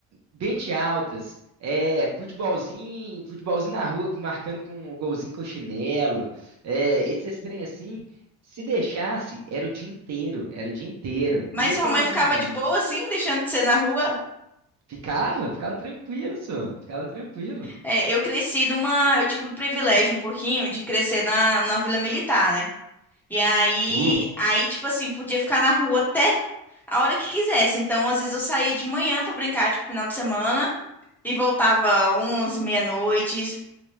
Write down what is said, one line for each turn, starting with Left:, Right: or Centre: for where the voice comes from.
Right: Bente altas. É, futebolzinho, futebolzinho na rua, com- marcando com o golzinho com chinelo. É, esses trem assim, se deixasse, era o dia inteiro, era o dia inteiro.
Centre: Mas
Right: E isso
Centre: sua
Right: era
Centre: mãe
Right: bom
Centre: ficava
Right: demais.
Centre: de boa, assim, deixando de ser na rua?
Right: Ficava, ficava tranquilo, só, Ficava tranquilo.
Centre: É, eu cresci numa. Eu tive o privilégio um pouquinho de crescer na, na Vila Militar, né? E aí,
Right: Uh,
Centre: aí, tipo assim, podia ficar na rua até a hora que quisesse. Então, às vezes eu saía de manhã pra brincar, tipo, final de semana, e voltava 11, meia-noite,